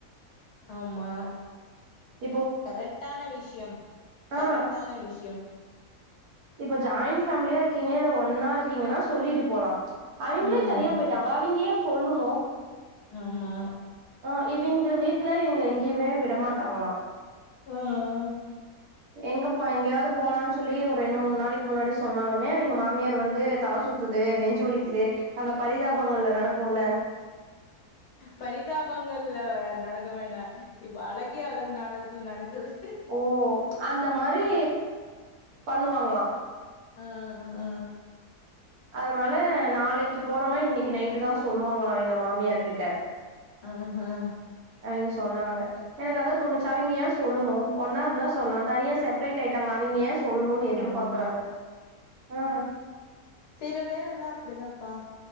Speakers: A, on the left; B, on the right.
A: ஆமா
B: எ
A: கரெக்டான விஷ்யோ கரெக்டான
B: ஆ
A: விஷ்யோ
B: இப்ப ஜாயிண் ஃபேமிலியா இருக்கீங்க இல்ல ஒன்னா இருக்கீங்கனா சொல்லிட்டு போலா அவிங்களே
A: ம்
B: தனியா
A: ம்.
B: போய்ட்டாங்க அவிங்க ஏ சொல்லுணு
A: ஆமா
B: ஆ இவிங்க வீட்ல இவிங்கள எங்கியுமே விடமாட்டாங்களா
A: ம் ஆ
B: எங்க போ எங்கேயாது போலானு சொல்லி ஒரு ரெண்டு மூணு நாளைக்கு முன்னாடி சொன்னாலுமே எங்க மாமியார் வந்து தல சுத் சுத்துது நெஞ்சு வலிக்குது அந்த பரிதாபங்கள்ல நடக்குல
A: பரிதாபங்கள்ல வ நடக்க வேண்டா இப் இப்போ அழகே அழகு நாடகத்ல நடக்குது ப
B: ஓ அந்த மாரி பண்ணுவாங்ளா
A: அ அ ஆ
B: அதனால நாளைக்கு போறோனா இன்னிக்கு நைட்டுதா சொல்லுவாங்ளா எங்க மாமியார்கிட்ட
A: அஹும்
B: அவிங்க சொன்னாங்க எனக்கு அதா தோணுச்சு அவிங்க ஏ சொல்லுணு ஒன்னா இருந்தா சொல்லலா தனியா செப்பரேட் ஆயிட்டாங்க அவிங்க ஏ சொ சொல்லுனு எதிர்பாக்குறாங்க
A: ஆமா
B: ஆ
A: சில பேருலா அப்டிதான்ப்பா